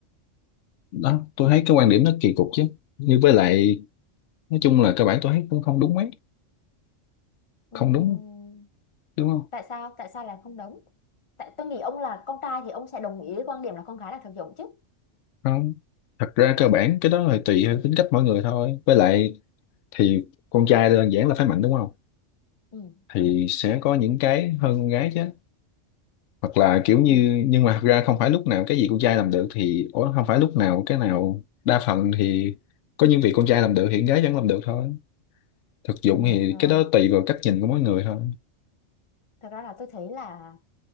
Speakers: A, on the left; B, on the left.
A: đó tôi thấy cái quan điểm nó kỳ cục chứ nhưng với lại nói chung là cơ bản tôi thấy cũng không đúng mấy
B: Ừm,
A: không đúng đúng không
B: tại sao tại sao là không đúng tại tôi nghĩ ông là con trai thì ông sẽ đồng ý với quan điểm là con gái là thực dụng chứ
A: không thật ra cơ bản cái đó là tùy theo tính cách mỗi người thôi với lại thì con trai đơn giản là phải mạnh đúng không
B: ừ
A: thì sẽ có những cái hơn con gái chứ hoặc là kiểu như
B: ừ
A: nhưng mà thật ra không phải lúc nào cái gì con trai làm được thì ủa, không phải lúc nào cái nào đa phần thì có những việc con trai làm được thì con gái vẫn làm được thôi thực dụng
B: ừ
A: thì
B: rồi
A: cái đó tùy vào cách nhìn của mỗi người thôi
B: thật ra là tôi thấy là